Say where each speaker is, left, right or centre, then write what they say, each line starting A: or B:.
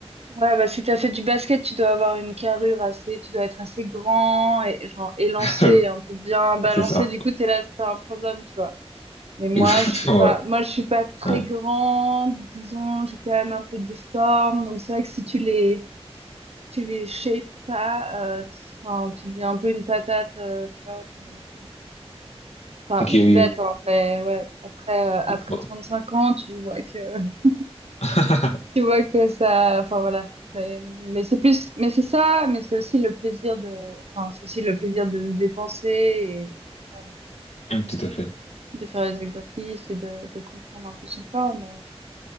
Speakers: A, on the right; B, on the left.
A: Ouais, bah, si t'as fait du basket, tu dois avoir une carrure assez, tu dois être assez grand et genre élancé,
B: <laughs>
A: et un peu bien balancé.
B: C'est ça.
A: Du coup, t'es là, c'est un problème, tu vois.
B: <laughs>
A: Mais moi,
B: Exactement,
A: je suis pas,
B: ouais.
A: moi, je suis pas très
B: Ouais.
A: grande, disons, j'ai quand même un peu des formes, donc c'est vrai que si tu les, tu les shapes pas, euh, enfin, tu deviens un peu une patate, euh, tu vois, genre- enfin,
B: Ok,
A: c'est
B: oui.
A: bête, hein, mais ouais, après, euh, après
B: Ouais.
A: 35 ans, tu vois que, <laughs>
B: <laughs>
A: tu vois que ça, enfin, voilà. Mais, mais c'est plus, mais c'est ça, mais c'est aussi le plaisir de, enfin, c'est aussi le plaisir de se dépenser et, euh,
B: Tout à fait.
A: de faire les exercices et de, de comprendre un peu son corps, mais